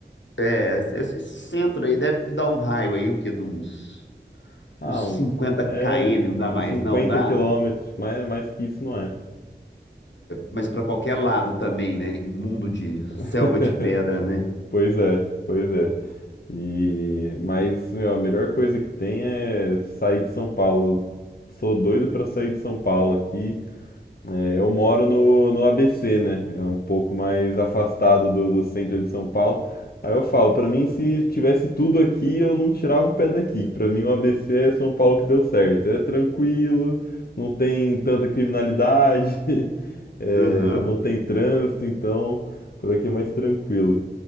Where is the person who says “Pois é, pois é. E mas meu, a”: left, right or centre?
Left